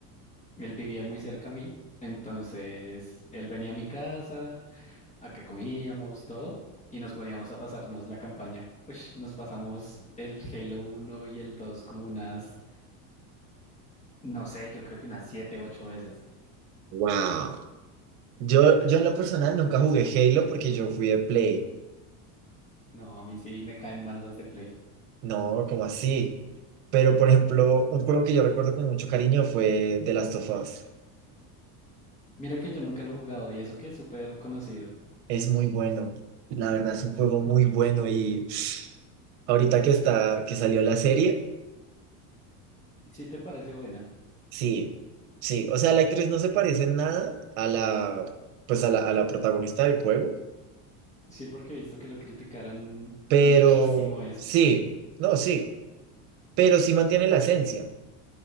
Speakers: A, on the left (about 15°); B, on the right (about 70°).
A: Él vivía muy cerca a mí, entonces él venía a mi casa, acá comíamos todo y nos poníamos a pasarnos la campaña. Uy, nos pasamos el Halo uno y el 2 como unas, no sé, yo creo que unas 7, 8 veces.
B: Wow. Yo, yo en lo personal nunca jugué Halo porque yo fui de Play.
A: No, a mí sí me caen mal los de Play.
B: No, ¿cómo así? Pero, por ejemplo, un juego que yo recuerdo con mucho cariño fue The Last of Us.
A: Mira que yo nunca lo he jugado y eso que es súper conocido.
B: Es muy bueno. La verdad es un juego muy bueno y <sniffs> ahorita que está, que salió la serie,
A: ¿Sí te parece buena?
B: sí, sí. O sea, la actriz no se parece en nada a la, pues a la, a la protagonista del juego,
A: Sí, porque he visto que lo criticaron
B: pero
A: muchísimo eso.
B: sí, no, sí, pero sí mantiene la esencia.